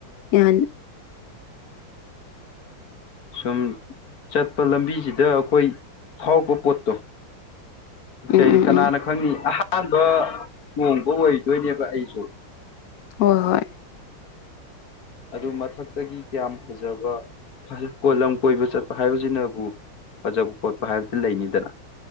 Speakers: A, on the left; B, on the left.
A: ꯌꯥꯍꯟ
B: ꯁꯝ ꯆꯠꯄ ꯂꯝꯕꯤꯁꯤꯗ ꯑꯩꯈꯣꯏ ꯐꯥꯎꯕ ꯄꯣꯠꯇꯣ ꯀꯩ
A: ꯎꯝ ꯎꯝ
B: ꯀꯅꯥꯅ
A: ꯎꯝ
B: ꯈꯪꯅꯤ ꯑꯍꯥꯟꯕ ꯂꯣꯡꯕ ꯑꯣꯏꯗꯣꯏꯅꯦꯕ ꯑꯩꯁꯨ
A: ꯍꯣꯏ ꯍꯣꯏ
B: ꯑꯗꯨ ꯃꯊꯛꯇꯒꯤ ꯀꯌꯥꯝ ꯐꯖꯕ ꯐꯖ ꯀꯣ ꯂꯝ ꯀꯣꯏꯕ ꯆꯠꯄ ꯍꯥꯏꯕꯁꯤꯅꯕꯨ ꯐꯖꯕ ꯈꯣꯠꯄ ꯍꯥꯏꯕꯗꯤ ꯂꯩꯅꯤꯗꯅ